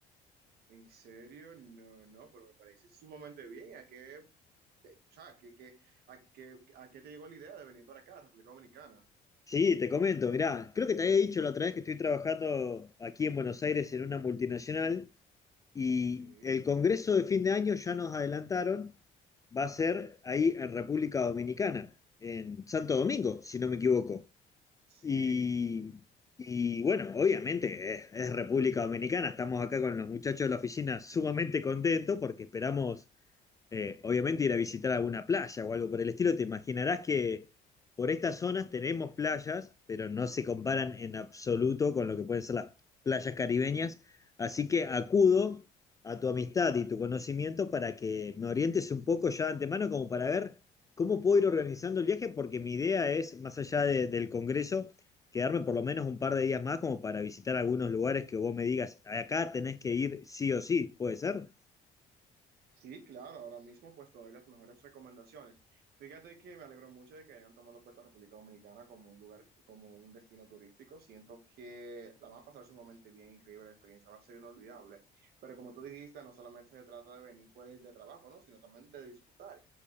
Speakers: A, on the right; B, on the left.
A: ¿en serio? No, no, pero me parece sumamente bien. ¿A qué, o sea, qué- qué- a qué, a qué te llegó la idea de venir para acá, República Dominicana?
B: Sí, te comento, mirá, creo que te había dicho la otra vez que estoy trabajando aquí en Buenos Aires en una multinacional y
A: Sí,
B: el congreso de fin de año ya nos adelantaron, va a ser ahí en República Dominicana, en Santo Domingo, si no me equivoco.
A: sí.
B: Y, y bueno, obviamente eh, es República Dominicana, estamos acá con los muchachos de la oficina sumamente contentos porque esperamos eh, obviamente ir a visitar alguna playa o algo por el estilo, te imaginarás que por estas zonas tenemos playas, pero no se comparan en absoluto con lo que pueden ser las playas caribeñas. Así que acudo a tu amistad y tu conocimiento para que me orientes un poco ya de antemano, como para ver cómo puedo ir organizando el viaje, porque mi idea es, más allá de- del Congreso, quedarme por lo menos un par de días más como para visitar algunos lugares que vos me digas, acá tenés que ir sí o sí, ¿puede ser?
A: Sí, claro, ahora mismo pues te doy las mejores recomendaciones. Fíjate que me alegro mucho de que hayan tomado pues la República Dominicana como un lugar, como un destino turístico. Siento que la van a pasar sumamente bien, increíble, la experiencia va a ser inolvidable. Pero como tú dijiste, no solamente se trata de venir pues de trabajo, ¿no? Sino también de disfrutar.